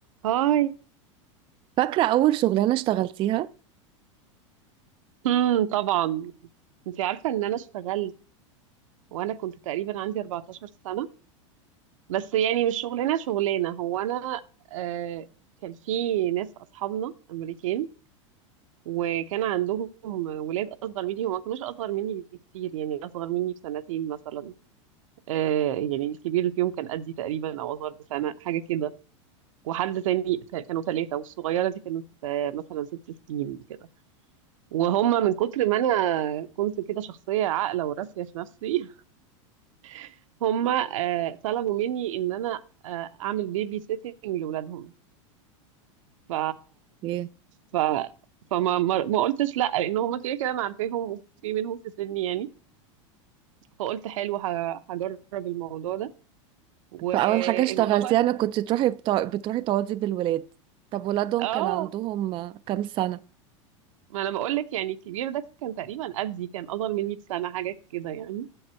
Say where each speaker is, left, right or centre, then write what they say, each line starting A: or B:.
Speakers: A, on the right (about 75°); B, on the right (about 30°).
A: هاي
B: فاكرة أول شغلانة اشتغلتيها؟
A: امم طبعا انت عارفه ان انا اشتغلت وانا كنت تقريبا عندي 14 سنه بس يعني مش شغلانه شغلانه هو انا آه كان في ناس اصحابنا امريكان وكان عندهم ولاد اصغر مني وما كانوش اصغر مني بكتير يعني اصغر مني بسنتين مثلا آه يعني الكبير اللي فيهم كان قدي تقريبا او اصغر بسنه حاجه كده وحد تاني كانوا ثلاثه والصغيره دي كانت آه مثلا ست سنين كده وهم من كتر ما انا كنت كده شخصيه عاقله وراسيه في نفسي <laughs> هم آه، طلبوا مني ان انا آه، اعمل بيبي سيتنج لاولادهم ف
B: ايه
A: ف فما ما ما قلتش لا لان هم كده كده انا عارفاهم وفي منهم في سني يعني فقلت حلو ه- هجرب الموضوع ده والموضوع
B: فأول حاجة اشتغلتيها
A: بقى
B: أنا كنت تروحي بتا... بتروحي تقعدي بالولاد طب ولادهم
A: اه
B: كان عندهم آه، كام سنة؟
A: ما انا بقول لك يعني الكبير ده كان تقريبا قدي كان اصغر مني بسنه حاجه كده يعني